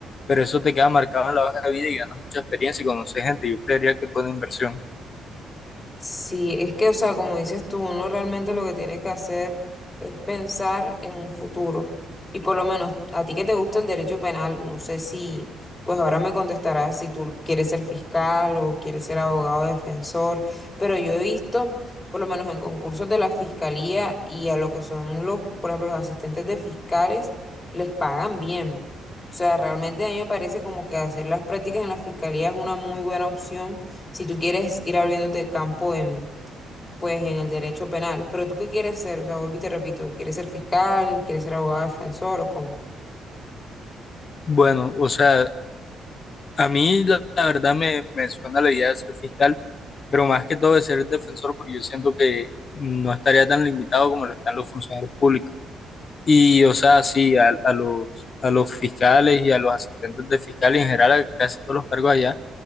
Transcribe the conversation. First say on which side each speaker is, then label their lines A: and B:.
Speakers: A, on the left; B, on the left.
A: pero eso te queda marcado en la hoja de vida y ganas mucha experiencia y conoces gente. Yo creería que es buena inversión.
B: Sí, es que, o sea, como dices tú, uno realmente lo que tiene que hacer es pensar en un futuro. Y por lo menos a ti que te gusta el derecho penal, no sé si, pues ahora me contestarás si tú quieres ser fiscal o quieres ser abogado defensor, pero yo he visto, por lo menos en concursos de la fiscalía y a lo que son los, por ejemplo, los asistentes de fiscales, les pagan bien. O sea, realmente a mí me parece como que hacer las prácticas en la fiscalía es una muy buena opción si tú quieres ir abriéndote campo en, pues, en el derecho penal. Pero tú qué quieres ser, o sea, vuelvo y te repito, ¿quieres ser fiscal? ¿Quieres ser abogado defensor o cómo?
A: Bueno, o sea, a mí la, la verdad me, me suena la idea de ser fiscal, pero más que todo de ser defensor, porque yo siento que no estaría tan limitado como lo están los funcionarios públicos. Y, o sea, sí, a, a los, a los fiscales y a los asistentes de fiscales en general, a casi todos los cargos allá,